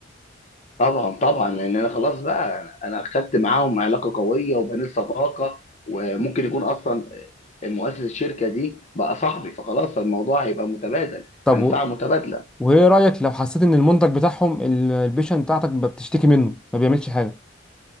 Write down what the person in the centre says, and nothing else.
طب
وايه رايك لو حسيت ان المنتج بتاعهم ال- البيشن بتاعتك ب- بتشتكي منه ما بيعملش حاجه